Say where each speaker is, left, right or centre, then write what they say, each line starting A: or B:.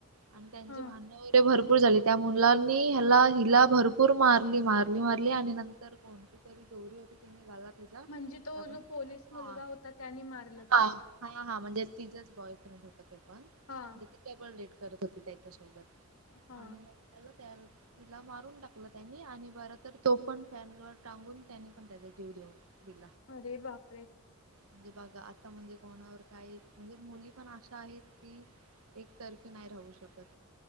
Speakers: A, on the right; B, on the left.
A: आणि त्यांची
B: हां.
A: भांडण वगैरे भरपूर झाली. त्या मुलांनी ह्याला हिला भरपूर मारली मारली मारली आणि नंतर कोणती. तरी दोरी होती तिने गळा तिचा.
B: म्हणजे तो
A: आपण
B: जो पोलीस
A: हा
B: मुलगा होता त्याने मारला का?
A: हा हा हा, म्हणजे तिचाच बॉयफ्रेंड होता तो पण
B: हा,
A: ते पण डबल डेट करत होती त्याच्यासोबत
B: हां.
A: आणि मग त्याला त्या. तिला मारून टाकलं त्यांनी आणि बर तर तो पण फॅन वर टांगून त्यांनी पण त्याचा जीव देऊन टाकला.
B: अरे बापरे!
A: म्हणजे बघा आता म्हणजे कोणावर काही म्हणजे मुली पण अशा आहेत की, एकतर्फी नाही राहू शकत.